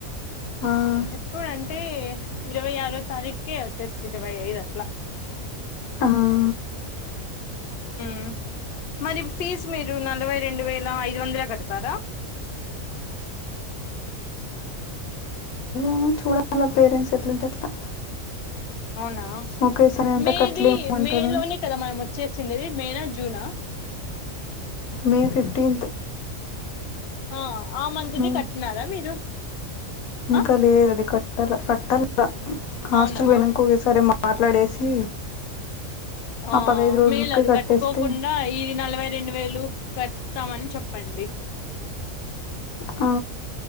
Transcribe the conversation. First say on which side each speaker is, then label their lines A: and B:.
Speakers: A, on the left; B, on the left.
A: ఆ,
B: ఎప్పుడంటే ఇరవై ఆరో తారీఖే వచ్చేస్తు ఇరవై ఐదు అట్లా
A: ఆహా
B: ఉ మరి ఫీజ్ మీరు నలభై రెండు వేల ఐదు వందలే కడతారా
A: హు చూడాలా పేరెంట్స్ ఎట్లాంటే అట్లా
B: అవునా
A: ఒకేసారి అంతా
B: మేది
A: కట్టలేమంటారు
B: మే లోనే కదా మనం వచ్చేసిండది మేనా జూనా
A: మే ఫిఫ్టీన్త్
B: ఆ ఆ మంత్
A: మే
B: ది కట్నారా మీరు
A: ఇంకా
B: ఆ
A: లేదది కట్టల కట్టల హాస్టల్
B: అవునా
A: వెనకోగసరే మాట్లాడేసి
B: ఆ
A: పదహైదు రోజులకి
B: మేలది
A: కట్టేస్తే
B: కట్టుకోకుండా ఇది నలభై రెండు వేలు లు కడతామని చెప్పండి.
A: ఆ